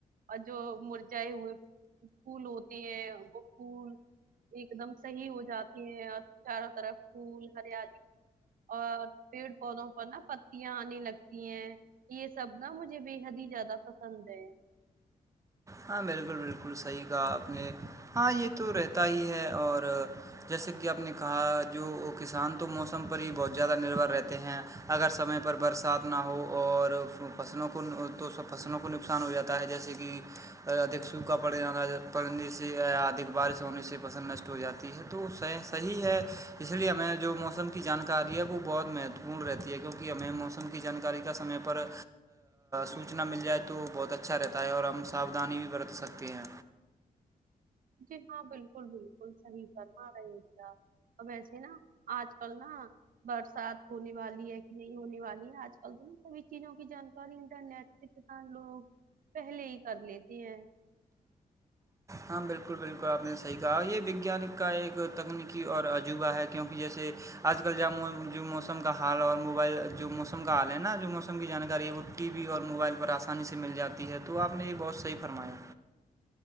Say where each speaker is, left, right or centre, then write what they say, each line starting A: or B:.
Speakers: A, on the right; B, on the right.
A: اور جو مرجائے ہوئے پھول ہوتے ہیں وہ پھول ایک دم صحیح ہو جاتی ہیں اور چاروں طرف پھول ہریالی اور پیڑ پودوں پر نا پتیاں آنے لگتی ہیں سبنا مجھے بے حد ہی زیادہ پسند ہے
B: ہاں بالکل بالکل صحیح کا اپنے ہاں یہ تو رہتا ہی ہے اور جیسے کہ آپ نے کہا جو کسان تو موسم پر ہی بہت زیادہ نربھر رہتے ہیں اگر سمے پر برسات نہ ہو اور فصلوں کو تو فصلوں کو نقصان ہو جاتا تا ہے جیسے کہ ادھک سوکھا پڑ جانا پڑنے سے ادک بارش ہونے سے پسند نشٹ ہو جاتی ہے ہے تو صحی ہے اس لیے ہمیں جو موسم کی جانکاری ہے وہ بہت مہتو پورن رہتی ہے کیونکہ ہمیں موسم کی جانکاری کا سمے پر سوچنا مل جائے تو بہت اچھا رہتا ہے اور ہم ساودھانی بھی برت سکتے ہیں
A: جی ہاں بالکل بالکل صحیح فرما رہے گ ویسے نا آج کل نا برسات ہونے والی ہے کہ نہیں ہونے والی ہے آج کل تو ن سبھی چیزوں کی جانکاری انٹرنیٹ جتت لوگ پہلے ہی کر لیتے ہیں
B: ہاں بالکل بالکل آپ نے صحیح کہا یہ وگیانک کا ایک تکنیکی اور عجوبہ ہے کیونکہ جیسے آج کل ج جو موسم کا حال اور موبائل جو موسم کا حال ہے نا جو موسم کی جانکاری ہے وہ ٹی وی اور موبائل پر آسانی سے مل جاتی ہے تو آپ نے یہ بہت صحیح فرمایا